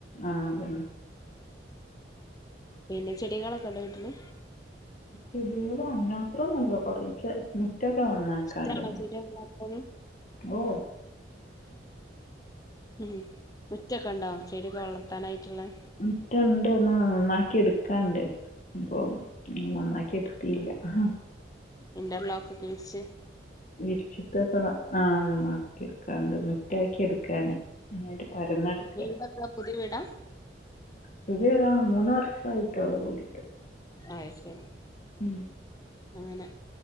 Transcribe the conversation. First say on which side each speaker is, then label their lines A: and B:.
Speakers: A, on the left (about 40°); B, on the left (about 20°).
A: ആ അതന്നെ
B: പിന്നെ ചെടികളൊക്കെ ഉണ്ട് വീട്ടില്
A: ചെടികള് അതിനുമാത്ര ഒന്നുല്ല കുറേച്ചേ റ്റക്കെ ഒന്നാക്കാണ്ട്
B: ഇഷ്ടാണോ ചെടി വളർത്താന്
A: ഓ
B: ഉം മുറ്റൊക്കെ ഉണ്ടാ ചെടി വളർത്താനായിട്ടുള്ള
A: മുറ്റുണ്ട്ന്ന് നന്നാക്കി എടുക്കാണ്ട് അപ്പൊ നന്നാക്കി എക്ക പറ്റില്ല ആഹ്
B: ഇന്റർലോക്ക്ക്കെ വിരിച്ച്
A: വിരിച്ചിട്ട് ആഹ മാക്കി എടുക്കാണ്ട് മുറ്റാക്കി എടുക്കാന ഒന്നായിട്ട് പരന്ന ട്ക്ക
B: വീടൊക്കെ പുതിയ വീടാ
A: പുതിയ വിടാ മൂന്ന് വർഷം ആയിട്ടേ ഉള്ളൂ കൂടിയിട്ട്
B: ആ യ്ശരി
A: ഉം
B: അങ്ങനെ